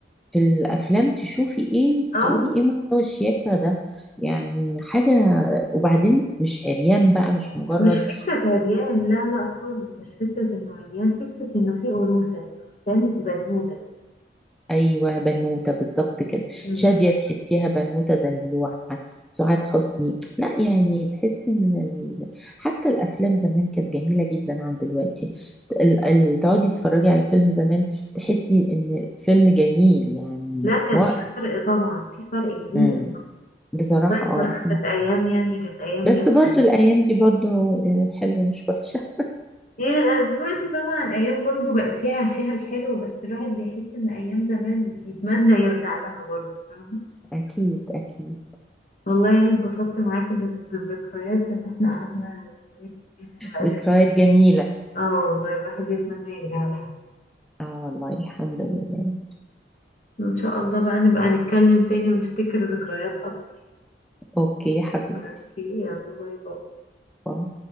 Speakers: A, in the centre; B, on the left (about 45°).
A: في الافلام تشوفي ايه
B: اه
A: تقولي ايه مستوى الشياكة ده يعني حاجة وبعدين مش عريان بقى مش مجرد
B: مش فكرة عريان لا لا خالص مش فكرة انه عريان فكرة انه في أنوثة الفستان بنوتة
A: ايوه بنوته بالظبط كده
B: مم.
A: شاديه تحسيها بنوته دلوعه سعاد حسني لا يعني تحسي ان ال... حتى الافلام زمان كانت جميله جدا عن دلوقتي ال... ال... تقعدي تتفرجي على فيلم زمان تحسي ان فيلم جميل يعني
B: لا كان
A: و...
B: في فرق طبعا في فرق كبير
A: مم. بصراحه
B: والله بصراحة
A: اه الحمد
B: كانت أيام يعني كانت أيام
A: لله.
B: جميلة
A: بس برضو الايام دي برضو آه، حلوه مش وحشه
B: هي دلوقتي طبعا ايام برضو جا- فيها فيها الحلو بس الواحد بيحس ان ايام زمان يتمنى يرجع لها برضو فاهمة
A: اكيد اكيد
B: والله يعني اتبسطت معاكي بال- بالذكريات اللي احنا قعدنا نشارك فيها دلوقتي
A: ذكريات جميله
B: اه والله الواحد يتمنى يرجع لها
A: اه والله الحمد لله
B: ان شاء الله بقى نبقى نتكلم تاني ونفتكر ذكريات اكتر
A: اوكي يا حبيبتي
B: اوكي يلا باي باي
A: باي.